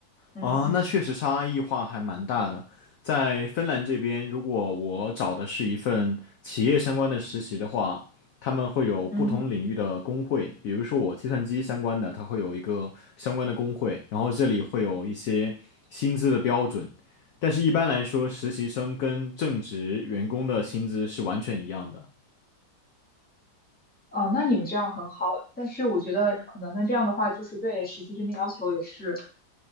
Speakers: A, in the centre; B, on the left.
A: 嗯
B: 啊，那确实差异化还蛮大的。在芬兰这边，如果我找的是一份企业相关的实习的话，他们会有不同领域的工会，
A: 嗯。
B: 比如说我计算机相关的，它会有一个相关的工会，然后这里会有一些薪资的标准，但是一般来说，实习生跟正职员工的薪资是完全一样的。
A: 哦，那你们这样很好，但是我觉得可能那这样的话，就是对实习生的要求也是，